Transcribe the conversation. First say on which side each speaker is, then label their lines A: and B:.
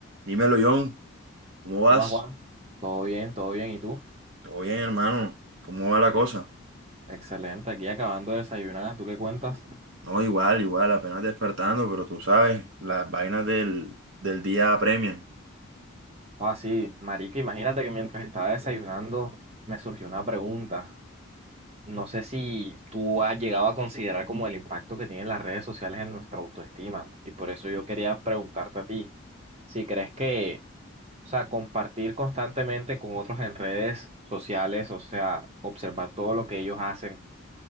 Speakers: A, on the right; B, on the right.
A: Dímelo, John, ¿cómo vas?
B: ¿Qué más, Juan? Todo bien, todo bien. ¿Y tú?
A: Todo bien, hermano. ¿Cómo va la cosa?
B: Excelente. Aquí acabando de desayunar. ¿Tú qué cuentas?
A: No, igual, igual, apenas despertando, pero tú sabes, las vainas del, del día apremian.
B: Ah, sí, marica, imagínate que mientras estaba desayunando me surgió una pregunta. No sé si tú has llegado a considerar como el impacto que tienen las redes sociales en nuestra autoestima. Y por eso yo quería preguntarte a ti, si crees que, o sea, compartir constantemente con otros en redes sociales, o sea, observar todo lo que ellos hacen,